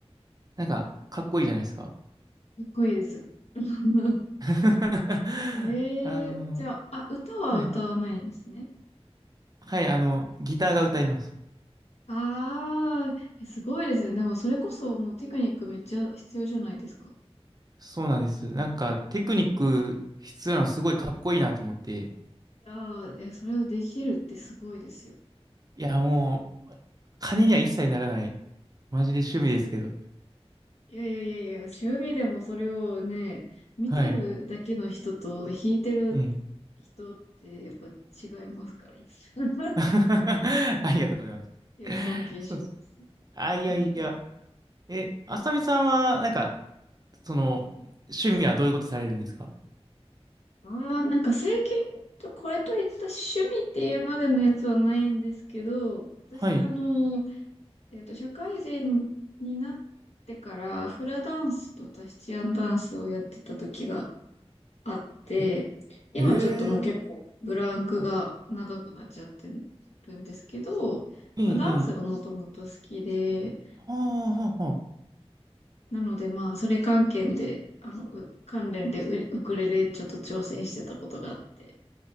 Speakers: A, on the right (about 35°); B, on the left (about 85°).
A: なんか、かっこいいじゃないですか。
B: っこいいです。<laughs>
A: <laughs>
B: ええー、
A: あの、
B: じゃあ、あ、歌は歌わないんですね。
A: はい。はい、あの、ギターが歌います。
B: ああ、えすごいですね。でもそれこそもうテクニックめっちゃ必要じゃないですか。
A: そうなんです。なんか、テクニック必要なのすごいかっこいいなと思って。
B: いやー、いや、それをできるってすごいですよ。
A: いや、もう、金には一切ならない。マジで趣味ですけど。
B: いやいやいやいや、趣味でもそれをね、見てるだけの人と弾いてる
A: はい。ええ
B: 人ってやっぱ違いますから。<laughs> い
A: <laughs> ありがとうございま
B: や、尊敬します。
A: す。そうです。あ、いやいや。
B: うん。
A: え、あさみさんは、なんか、その、趣味はどういうことされるんですか
B: ああ、なんか最近、これといった趣味っていうまでのやつはないんですけど、私あの、
A: はい。
B: えっと、社会人になってからフラダンスとタヒチアンダンスをやってた時があって、
A: え、
B: 今ちょっともう結構ブランクが長くなっちゃって
A: えー、はい
B: るんですけど、
A: ええ、
B: まあ、ダンスがもともと好きで、
A: ええ。はあ、はあ、は
B: なのでまあ、それ関係で、あの、う関連でウウクレレちょっと挑戦してたことがあって。